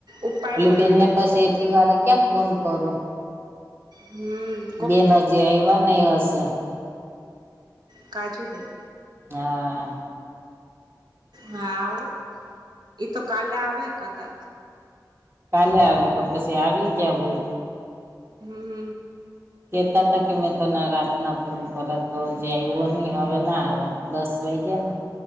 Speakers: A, on the right (about 70°); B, on the right (about 35°).
A: ઉપાડો
B: પલી બેનને
A: એ ફોન
B: પછી એટલી વાર ક્યાં ફોન કરું.
A: હમ્મ.
B: બેન હજી આઈવા નહિ હશે.
A: કાચુ બી.
B: હા.
A: હા, હો. એ તો કાલે આવે કદાચ.
B: કાલે આવે કે પછી આવી ગયા હોય.
A: હમ્મ.
B: કે કેતા કે મેં તને રાત ના ફોન કર તો હજી આવ્યો ની. હવે ના આવે દસ વાગ્યા ને.